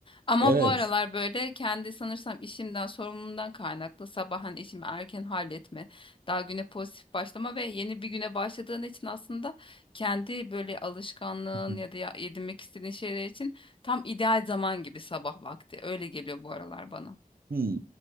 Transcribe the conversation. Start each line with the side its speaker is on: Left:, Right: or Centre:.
Left: Ama
Right: Evet.
Left: bu aralar böyle kendi sanırsam işimden sorumluluğumdan kaynaklı sabah hani işimi erken halletme, daha güne pozitif başlama ve yeni bir güne başladığın için aslında kendi böyle alışkanlığın
Right: <laughs>
Left: ya da ya- edinmek istediğin şeyler için Tam ideal zaman gibi sabah vakti. Öyle geliyor bu aralar bana.
Right: Hmm.